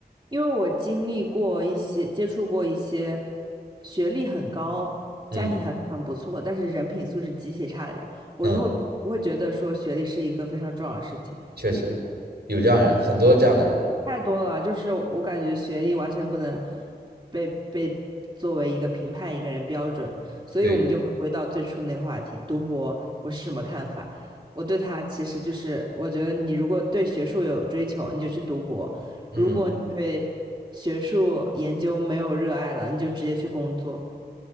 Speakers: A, on the right; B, on the right.
A: 因为我经历过一些，接触过一些学历很高、
B: 嗯。
A: 家庭条件很不错，但是人品素质极其差的人，我就会不会觉得说学历是一个非常重要的事情。
B: 嗯。确实有这样人，很多这样的人。
A: 太多了，就是我感觉学历完全不能被被作为一个评判一个人标准的，所以我们就回归到最初的那个话题，
B: 对，
A: 读博我是什么看法？我对它其实就是，我觉得你如果对学术有追求，你就去读博；
B: 嗯
A: 如果你对学术研究没有热爱了，你就直接去工作。